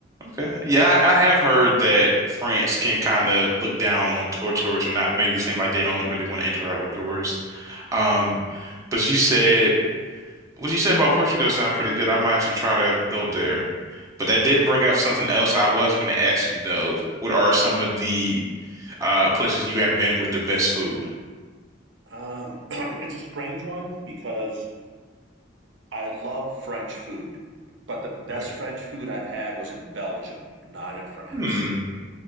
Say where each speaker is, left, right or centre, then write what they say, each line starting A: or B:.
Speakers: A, on the right; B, on the right.
A: Okay. Yeah, I, I have heard that France can kind of look down on or tourists, or not maybe seem like they don't really want to interact with tourists. Um, but you said what you said about Portugal sound pretty good. I might actually try to go there. But that did bring up something else I was going to ask you though. What are some of the uh places you have been with the best food?
B: Um, <clears throat> it's a strange one because I love French food, but the best
A: Okay.
B: French food I've had was in Belgium, not in France.
A: Hmm.